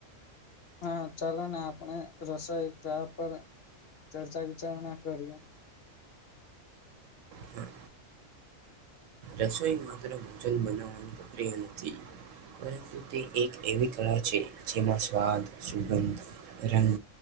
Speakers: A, on the left; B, on the right.
A: હા ચાલો ને આપણે રસોઈ તા પર ચર્ચા વિચારણા કરીએ
B: હા રસોઈ માત્ર ભોજન બનાવવાનું પ્રિય નથી પરંતુ તે એક એવી કળા છે જેમાં સ્વાદ સુગંધ રંગ